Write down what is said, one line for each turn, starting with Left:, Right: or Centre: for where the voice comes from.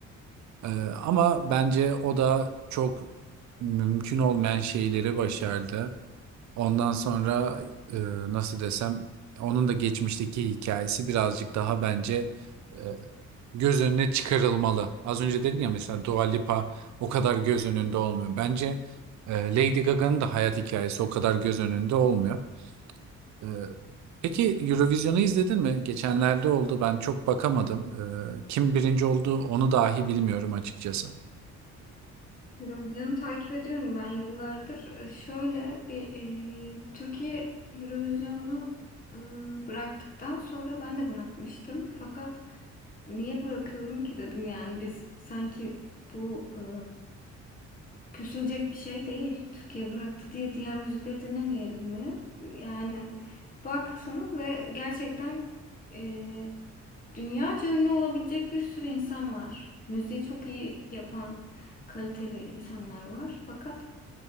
Right: Ee, ama bence o da çok mümkün olmayan şeyleri başardı. Ondan sonra e, nasıl desem onun da geçmişteki hikayesi birazcık daha bence e, göz önüne çıkarılmalı. Az önce dedin ya mesela Dua Lipa o kadar göz önünde olmuyor. Bence e, Lady Gaga'nın da hayat hikayesi o kadar göz önünde olmuyor. E, peki Eurovision'u izledin mi? Geçenlerde oldu ben çok bakamadım. E, kim birinci oldu onu dahi bilmiyorum açıkçası.
Left: Eurovision'u takip ediyorum ben yıllardır. E, Şöyle bir e, Türkiye Eurovision'u e, bıraktıktan sonra ben de bırakmıştım. Fakat niye bırakıyorum ki dedim yani biz sanki bu e, küsülecek bir şey değil. Türkiye bıraktı diye diğer müzikleri dinlemeyelim mi? Yani baktım ve gerçekten e, Dünyaca ünlü olabilecek bir sürü insan var. Müziği çok iyi yapan kaliteli insanlar var. Fakat